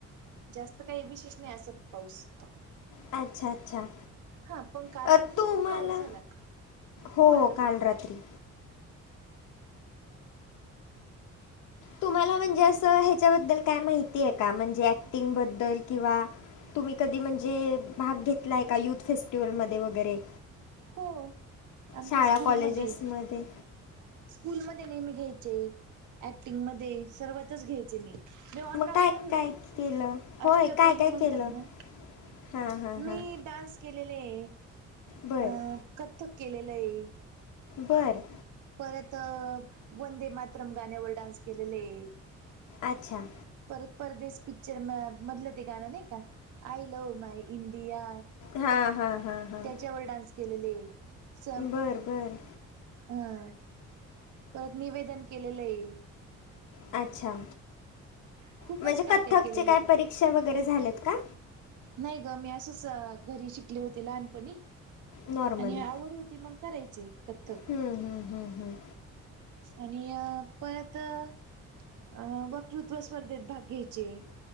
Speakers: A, on the right (about 75°); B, on the left (about 80°).
A: जास्त काही विशेष नाही असं पाऊस
B: अच्छा अच्छा
A: हा, पण काल
B: अ
A: रात्री
B: तुम्हाला
A: खूप पाऊस झाला.
B: हो
A: बोला ना बोला
B: काल
A: ना.
B: रात्री तुम्हाला म्हणजे असं ह्याच्याबद्दल काय माहिती आहे का म्हणजे ऍक्टिंग बद्दल किंवा तुम्ही कधी म्हणजे भाग घेतलाय का युथ फेस्टिवलमध्ये वगैरे?
A: हो आमच्या
B: शाळा
A: स्कूलमध्ये
B: कॉलेजेसमध्ये
A: स्कूलमध्ये नेहमी घ्यायचे ऍक्टिंग मध्ये सर्वातच घ्यायचे मी मी ऑलराऊंडर
B: मग काय
A: होती
B: काय केलं होय
A: अष्ट
B: काय
A: पैलू
B: काय
A: म्हणतात
B: केलं
A: ना
B: हां हां हां
A: मी डान्स केलेले आहे
B: बरं
A: अह कथ्थक केलेलं आहे
B: बरं.
A: परत वंदे मातरम गाण्यावर डान्स केलेले
B: अच्छा.
A: परत परदेस पिक्चर मधलं ते गाणं नाही का, आय लव्ह माय इंडिया
B: हां हां हां हां
A: त्याच्यावर डान्स केलेले, स
B: बरं बरं
A: हा परत निवेदन केलेलं आहे.
B: अच्छा
A: खूपच
B: म्हणजे
A: काय
B: कथ्थकचे
A: केलेलं
B: काय
A: आहे
B: परीक्षा वगैरे झाल्यात का?
A: नाही ग मी असंच घरी शिकले होते लहानपणी
B: नॉर्मली
A: आणि आवड होती मग करायचे कथक.
B: हम्म हम्म हम्म हम्म
A: आणि अ परत अह वक्तृत्व स्पर्धेत भाग घ्यायचे